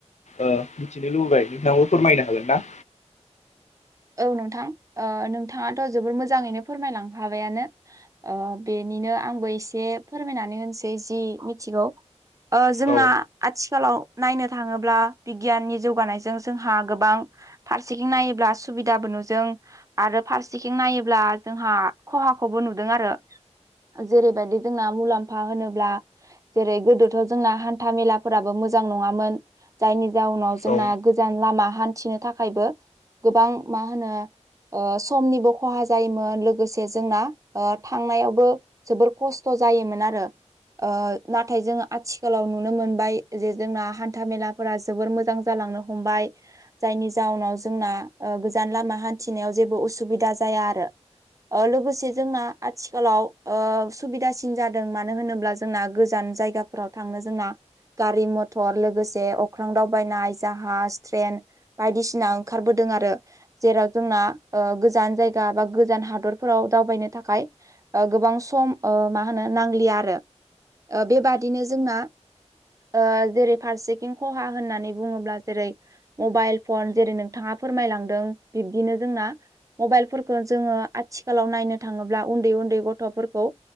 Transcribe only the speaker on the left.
ओ मिथिनो लुबैबाय नोंथाङाबो फोरमायनो हागोन ना
औ
औ